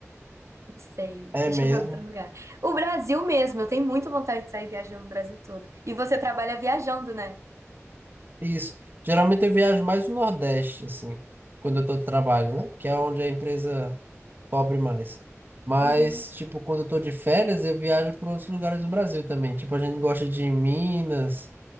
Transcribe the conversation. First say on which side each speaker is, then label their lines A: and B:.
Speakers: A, on the right (about 75°); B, on the right (about 40°).
A: Sei.
B: é
A: Deixa
B: mesmo.
A: eu ver outro lugar. O Brasil mesmo. Eu tenho muita vontade de sair viajando o Brasil todo. E você trabalha viajando, né?
B: Isso. Geralmente eu viajo mais no Nordeste, assim, quando eu tô de trabalho, né? Que é onde a empresa cobre mais. Mas,
A: Uhum.
B: tipo, quando eu tô de férias, eu viajo para outros lugares do Brasil também. Tipo, a gente gosta de Minas,